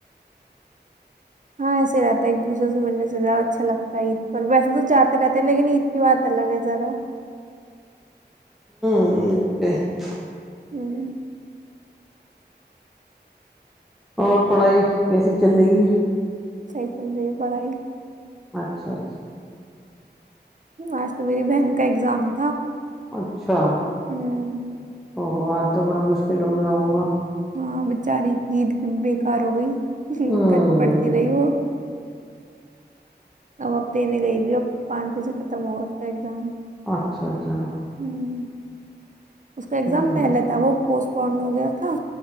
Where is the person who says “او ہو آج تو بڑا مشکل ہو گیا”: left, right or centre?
Centre